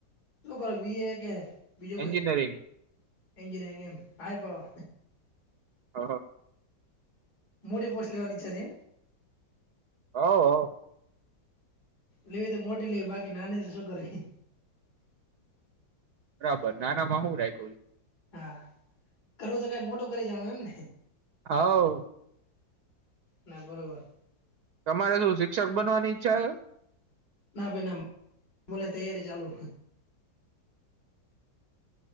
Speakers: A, on the left; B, on the right.
A: શું ખી કે બીજું કોઈ,
B: એન્જિનિયરિંગ
A: એજનયરિંગ એમ હાઈ પાવર.
B: હ હ.
A: મોટી પોસ્ટ લેવાની ઇચ્છા છે?
B: અ અ.
A: લેવી હોય તો મોટી લેવી બાકી નાની ને શું કરવી.
B: બરાબર નાના માં હું રાખ છ.
A: હા, કરવો હોય તો કઈ મોટો કરી જામ એમ ને.
B: આવો.
A: ના બરોબર.
B: તમારે શું શિક્ષક બનવાની ઈચ્છા છે?
A: ના ભાઈ ના તૈયારી ચાલુ.